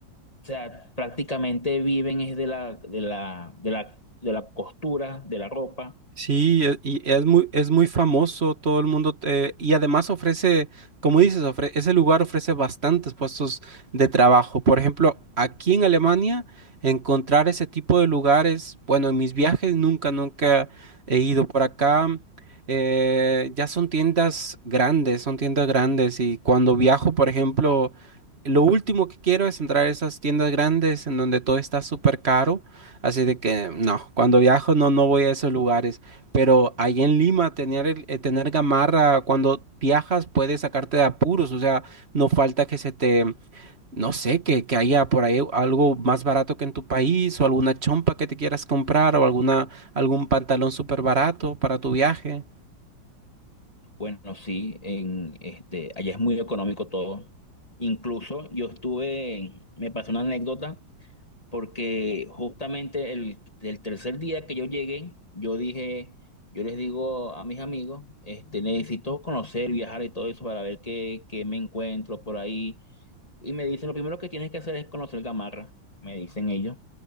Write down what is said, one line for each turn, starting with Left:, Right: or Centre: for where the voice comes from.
Left: o sea, prácticamente viven es de la, de la, de la, de la costura, de la ropa.
Right: Sí, e- y es muy, es muy famoso, todo el mundo, te- y además ofrece, como dices, ofre- ese lugar ofrece bastantes puestos de trabajo. Por ejemplo, aquí en Alemania, encontrar ese tipo de lugares, bueno, en mis viajes nunca, nunca he ido por acá. eh, ya son tiendas grandes, son tiendas grandes, y cuando viajo, por ejemplo, lo último que quiero es entrar a esas tiendas grandes en donde todo está súper caro. Así de que no, cuando viajo no, no voy a esos lugares. Pero ahí en Lima, tener, el- eh, tener gamarra cuando viajas puede sacarte de apuros. O sea, no falta que se te, no sé, que, que haya por ahí algo más barato que en tu país o alguna chompa que te quieras comprar o alguna, algún pantalón súper barato para tu viaje.
Left: Bueno, sí, en, este, allá es muy económico todo. Incluso yo estuve, me pasó una anécdota porque justamente el, el tercer día que yo llegué, yo dije, yo les digo a mis amigos, este, necesito conocer, viajar y todo eso para ver qué, qué me encuentro por ahí. Y me dicen, lo primero que tienes que hacer es conocer Gamarra, me dicen ellos.